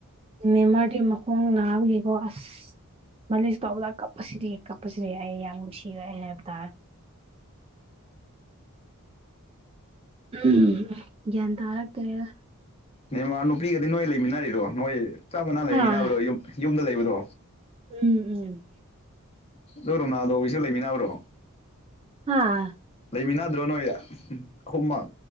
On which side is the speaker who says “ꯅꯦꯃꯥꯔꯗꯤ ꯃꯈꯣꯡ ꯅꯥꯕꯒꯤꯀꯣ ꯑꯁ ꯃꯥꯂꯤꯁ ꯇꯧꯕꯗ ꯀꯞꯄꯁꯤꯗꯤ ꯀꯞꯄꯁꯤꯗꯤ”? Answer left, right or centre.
Right